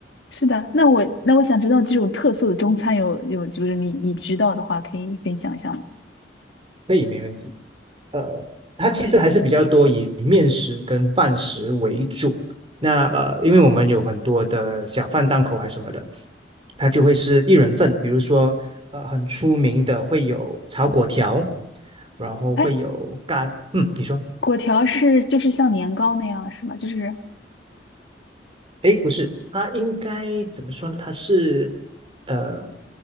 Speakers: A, on the left; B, on the right.
A: 是的，那我那我想知道这种特色的中餐有有，就是你你知道的话，可以分享一下吗？
B: 可以没问题。呃，它其实还是比较多以面食跟饭食为主。那呃，因为我们有很多的小贩档口啊什么的，它就会是一人份。比如说，呃，很出名的会有炒粿条，然后会有咖，
A: 哎，
B: 嗯，你说，
A: 果条是就是像年糕那样是吗？就是
B: 诶，不是，它应该怎么说呢？它是呃，